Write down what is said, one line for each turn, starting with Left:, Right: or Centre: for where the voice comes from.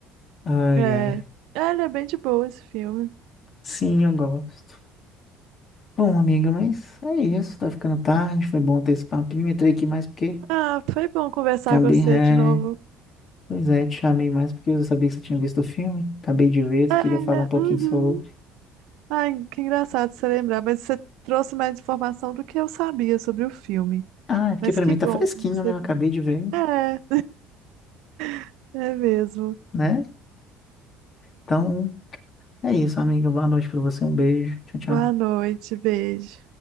Left: Ai,
Right: É.
Left: ai.
Right: É, Ele é bem de boa esse filme.
Left: Sim, eu gosto. Bom, amiga, mas é isso, tá ficando tarde, foi bom ter esse papinho. Entrei aqui mais porque
Right: Ah, foi bom conversar
Left: acabei.
Right: com você
Left: É...
Right: de novo.
Left: Pois é, te chamei mais porque eu sabia que você tinha visto o filme. Acabei de ver, queria
Right: É.
Left: falar um pouquinho
Right: Uhum.
Left: sobre.
Right: Ai, que engraçado você lembrar, mas você trouxe mais informação do que eu sabia sobre o filme.
Left: Ah, é porque
Right: Mas
Left: pra
Right: que
Left: mim
Right: bom
Left: tá fresquinho,
Right: que você.
Left: né? Eu acabei de ver,
Right: É, <laughs> é mesmo.
Left: né? Então, é isso, amiga. Boa noite pra você, um beijo. Tchau, tchau.
Right: Boa noite, beijo.